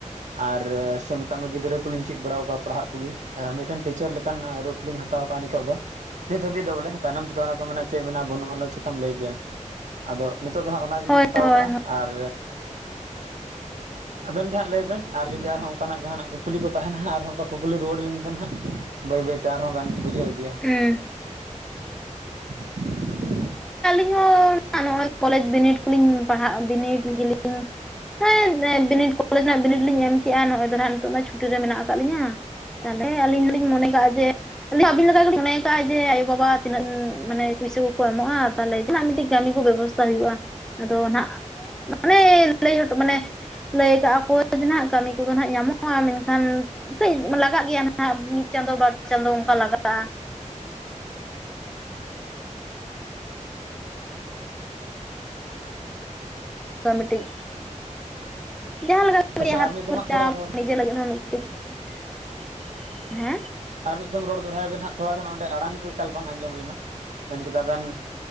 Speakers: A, on the right (about 70°); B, in the centre.
A: ᱟᱨ ᱥᱮ ᱢᱮᱛᱟᱜ ᱢᱮ ᱜᱤᱫᱽᱨᱟᱹ ᱠᱚᱞᱤᱧ ᱪᱮᱫ ᱵᱟᱲᱟ ᱠᱚᱣᱟ ᱯᱟᱲᱦᱟᱜ ᱠᱚᱜᱮ ᱢᱤᱫᱴᱮᱱ ᱴᱤᱪᱟᱨ ᱞᱮᱠᱟᱱ ᱨᱩᱯ ᱞᱤᱧ ᱦᱟᱛᱟᱣ ᱠᱟᱜᱼᱟ ᱱᱤᱛᱚᱜ ᱫᱚ ᱱᱤᱛ ᱦᱟᱹᱵᱤᱡ ᱫᱚ ᱵᱚᱞᱮ ᱛᱟᱭᱱᱚᱢ ᱛᱮᱫᱚ ᱠᱚ ᱢᱮᱱᱼᱟ ᱪᱮᱫ ᱢᱮᱱᱟᱜᱼᱟ ᱵᱟᱹᱱᱩᱜᱼᱟ ᱚᱱᱟ ᱪᱮᱠᱟᱢ ᱞᱟᱹᱭ ᱠᱮᱭᱟ᱾ ᱟᱫᱚ ᱱᱤᱛᱚᱜ ᱫᱚ ᱦᱟᱸᱜ ᱚᱱᱟ ᱜᱮᱞᱤᱧ
B: ᱦᱳᱭ
A: ᱦᱟᱛᱟᱣ
B: ᱦᱳᱭ
A: ᱠᱟᱜᱼᱟ ᱟᱨ ᱟᱵᱮᱱ ᱜᱮ ᱦᱟᱸᱜ ᱞᱟᱹᱭ ᱵᱮᱱ? ᱟᱨ ᱡᱩᱫᱤ ᱟᱨᱦᱚᱸ ᱚᱱᱠᱟᱱᱟᱜ ᱡᱟᱦᱟᱸᱱᱟᱜ ᱠᱩᱠᱞᱤ ᱠᱚ ᱛᱟᱦᱮᱸᱱᱟ ᱦᱟᱸᱜ ᱟᱨᱦᱚᱸ ᱚᱱᱠᱟ ᱠᱩᱠᱞᱤ ᱨᱩᱣᱟᱹᱲ ᱟᱹᱞᱤᱧ ᱵᱮᱱ ᱦᱟᱸᱜ ᱵᱟᱹᱭ ᱵᱟᱹᱭᱛᱮ ᱟᱨᱦᱚᱸ ᱵᱮᱱ ᱵᱩᱡᱷᱟᱹᱣ ᱤᱫᱤᱭᱟ᱾
B: ᱦᱩᱸ
A: <inaudible>
B: ᱤᱭᱟ ᱱᱟᱜ ᱱᱚᱜᱼᱚᱭ ᱠᱚᱞᱮᱡᱽ ᱵᱤᱱᱤᱰ ᱠᱚᱞᱤᱧ ᱯᱟᱲᱦᱟᱜ ᱵᱤᱱᱤᱰ ᱜᱮᱞᱤᱧ ᱦᱮᱸ ᱵᱤᱱᱤᱰ ᱠᱚᱞᱮᱡᱽ ᱨᱮᱱᱟᱜ ᱵᱤᱱᱤᱰ ᱞᱤᱧ ᱮᱢ ᱠᱮᱜᱼᱟ ᱱᱚᱜᱚᱭ ᱦᱟᱸᱜ ᱱᱤᱛᱚᱜ ᱫᱚ ᱪᱷᱩᱴᱤ ᱨᱮ ᱢᱮᱱᱟᱜ ᱟᱠᱟᱫ ᱞᱤᱧᱟ᱾ ᱛᱟᱦᱚᱞᱮ ᱟᱹᱞᱤᱧ ᱦᱚᱸᱞᱤᱧ ᱢᱚᱱᱮ ᱠᱟᱜᱼᱟ ᱡᱮ, ᱟᱹᱞᱤᱧ ᱟᱹᱵᱤᱱ ᱞᱮᱠᱟᱜᱮ ᱢᱚᱱᱮ ᱠᱟᱭ ᱡᱮ ᱟᱭᱳ-ᱵᱟᱵᱟ ᱛᱤᱱᱟᱹᱜ ᱢᱟᱱᱮ ᱯᱩᱭᱥᱟᱹ ᱮᱢᱚᱜᱼᱟ ᱛᱟᱦᱚᱞᱮ ᱡᱟᱦᱱᱟᱜ ᱢᱤᱫᱴᱤᱡ ᱠᱟᱹᱢᱤ ᱠᱚ ᱵᱮᱵᱚᱥᱛᱷᱟ ᱦᱩᱭᱩᱜᱼᱟ᱾ ᱟᱫᱚ ᱱᱟᱜ ᱢᱟᱱᱮ ᱞᱟᱹᱭ ᱦᱚᱴᱚ ᱢᱟᱱᱮ ᱞᱟᱹᱭ ᱠᱟᱜ ᱟᱠᱚ ᱢᱚᱡᱽ <unintelligible> ᱱᱟᱦᱟᱜ ᱠᱟᱹᱢᱤ ᱠᱚᱫᱚ ᱱᱟᱦᱟᱜ ᱧᱟᱢᱚᱜᱼᱟ ᱢᱮᱱᱠᱷᱟᱱ ᱠᱟᱹᱡ ᱞᱟᱜᱟᱜ ᱜᱮᱭᱟ ᱱᱟᱦᱟᱜ ᱢᱤᱫ ᱪᱟᱸᱫᱳ ᱵᱟᱨ ᱪᱟᱸᱫᱳ ᱚᱱᱠᱟ ᱞᱟᱜᱟᱜᱼᱟ᱾ ᱦᱩᱸ ᱢᱤᱫᱴᱤᱡ ᱡᱟᱦᱟᱸ ᱞᱮᱠᱟ <unintelligible>
A: ᱟᱪᱪᱷᱟ
B: ᱨᱮᱭᱟᱜ ᱦᱟᱫ
A: ᱟᱨ ᱢᱤᱫ ᱫᱚᱢ
B: ᱠᱷᱚᱨᱪᱟ
A: ᱦᱟᱸᱜ ᱛᱷᱚᱲᱟ ᱨᱚᱲ
B: ᱱᱤᱡᱮ ᱞᱟᱹᱜᱤᱫ ᱫᱚᱴᱤᱡ <inaudible> ᱦᱮᱸ᱾
A: ᱟᱨ ᱢᱤᱫ ᱫᱚᱢ ᱨᱚᱲ ᱫᱚᱲᱚᱦᱟᱭ ᱵᱮᱱ ᱦᱟᱸᱜ ᱛᱷᱚᱲᱟ ᱜᱟᱱ ᱚᱸᱰᱮ ᱟᱲᱟᱝ ᱠᱚ ᱮᱠᱟᱞ ᱵᱟᱝ ᱟᱸᱡᱚᱢ ᱞᱮᱱᱟ᱾ ᱢᱮᱱ ᱠᱮᱫᱟ ᱵᱮᱱ